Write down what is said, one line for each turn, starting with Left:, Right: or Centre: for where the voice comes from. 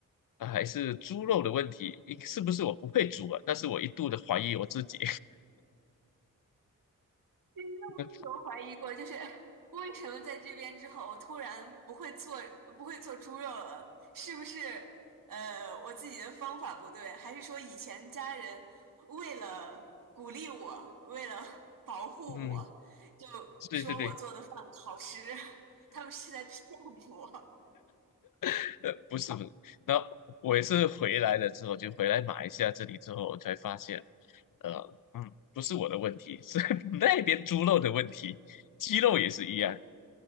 Left: 啊，还是猪肉的问题，一是不是我不会煮啊？但是我一度的怀疑我自己。
Right: 其实我也有怀疑过，
Left: <laughs>
Right: 就是 <laughs> 为什么在这边之后，我突然不会做不会做猪肉了？是不是呃我自己的方法不对，还是说以前家人为了鼓励我，为了保护我，
Left: 嗯，
Right: 就说我做的饭好吃，
Left: 对对对，
Right: <laughs> 他们是在骗我？
Left: <laughs> 不是不是，那我也是回来了之后，就回来马来西亚这里之后，我才发现，呃，嗯，不是我的问题，是 <laughs> 那边猪肉的问题，鸡肉也是一样。
Right: <laughs> 哎。